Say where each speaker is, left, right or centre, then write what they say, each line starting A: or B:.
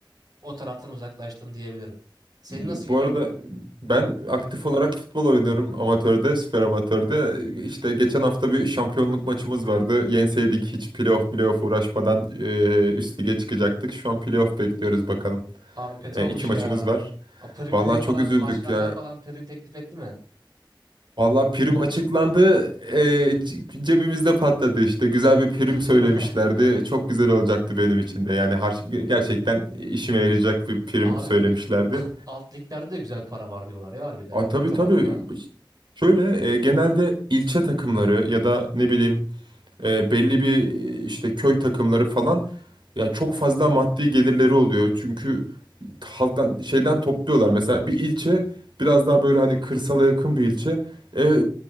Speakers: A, on the right; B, on the right.
A: o taraftan uzaklaştım diyebilirim. Senin
B: Ya,
A: nasıl gidiyor?
B: Bu arada ben aktif olarak futbol oynuyorum amatörde, süper amatörde. İşte geçen hafta bir şampiyonluk maçımız vardı. Yenseydik hiç playoff playoff uğraşmadan eee üst lige çıkacaktık. Şu an playoff bekliyoruz bakalım.
A: Abi kötü
B: E,
A: olmuş
B: iki maçımız
A: ya.
B: var.
A: A, Prim
B: Vallahi
A: prim falan
B: çok üzüldük
A: başkanlar
B: ya.
A: falan prim teklif etti mi?
B: Vallahi prim açıklandı. e, c- cebimizde patladı işte. Güzel bir prim
A: <laughs>
B: söylemişlerdi. Çok güzel olacaktı benim için de. Yani har- gerçekten işime yarayacak bir prim
A: Abi
B: söylemişlerdi.
A: <laughs> alt liglerde de güzel para var diyorlar ya harbiden
B: Aa, tabii
A: o tarafta.
B: tabii. Şöyle e, genelde ilçe takımları ya da ne bileyim e, belli bir e, işte köy takımları falan ya çok fazla maddi gelirleri oluyor. Çünkü halktan şeyden topluyorlar. Mesela bir ilçe biraz daha böyle hani kırsala yakın bir ilçe. E,